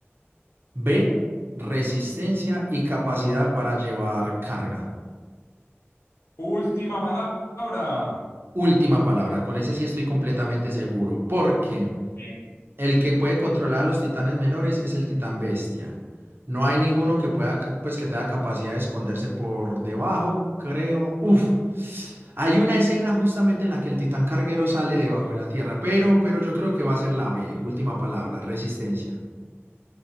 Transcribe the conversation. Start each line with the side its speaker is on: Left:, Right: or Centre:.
Right: B, resistencia y capacidad para llevar carga.
Left: Última palabra.
Right: Última palabra. Con ese sí estoy completamente seguro. ¿Por qué?
Left: Eh,
Right: El que puede controlar a los titanes menores es el titán bestia. No hay ninguno que pueda, pues que tenga capacidad de esconderse por debajo, creo. Uf. Hay una escena justamente en la que el titán carguero sale debajo de la tierra, pero, pero yo creo que va a ser la B, última palabra, resistencia.